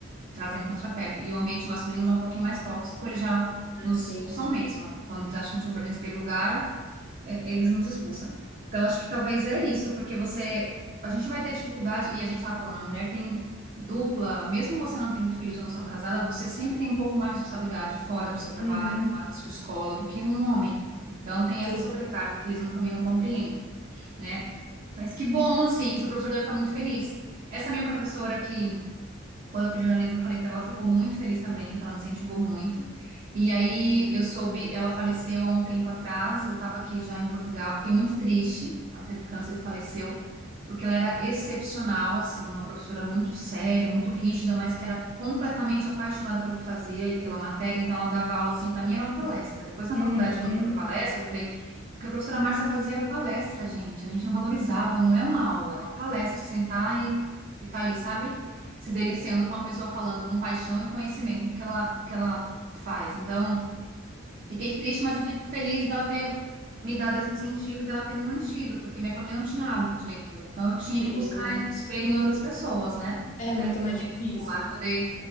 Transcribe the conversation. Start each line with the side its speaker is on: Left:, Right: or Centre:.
Right: trazem muito mais pra perto. E o ambiente masculino já é um pouquinho mais tóxico, eles já nos
Left: assim.
Right: expulsam mesmo. Quando eles acham que a gente não pertence àquele lugar, é, eles nos expulsam. Então, acho que talvez é isso, porque você. A gente vai ter dificuldade, e a gente estava falando, a mulher tem dupla, mesmo você não tendo filhos ou não sendo casada, você sempre tem um pouco mais de responsabilidade fora do seu trabalho,
Left: Uhum,
Right: fora da sua escola, do que um homem. Então, tem
Left: sim.
Right: essa sobrecarga que eles não- também não compreendem, né? Mas que bom, assim, seu professor deve estar muito feliz. Essa minha professora que quando eu fiz jornalismo, eu falei pra ela, ela ficou muito feliz também, então ela me incentivou muito. E aí eu soube, ela faleceu há um tempo atrás, eu estava aqui já em Portugal, fiquei muito triste, ela teve câncer e faleceu, porque ela era excepcional, assim, uma professora muito séria, muito rígida, mas que era completamente apaixonada pelo que fazia e pela matéria, então ela dava aula, assim, pra mim era uma palestra. Depois na
Left: Uhum,
Right: faculdade, quando eu fui para palestras, eu falei, o que a professora Márcia fazia era palestra, gente, a gente não valorizava, não é uma aula, é uma palestra, você sentar e ficar ali, sabe? se deliciando com a pessoa falando com paixão e conhecimento do que ela, do que ela faz. Então, fiquei triste, mas eu fico feliz dela ter me dado esse incentivo e dela ter me mantido, porque minha família não tinha hábito de leitura. Então, eu tinha
Left: sim.
Right: que buscar espelho em outras pessoas, né?
Left: É
Right: Para
Left: muito
Right: minha
Left: mais difícil.
Right: vida escolar poder,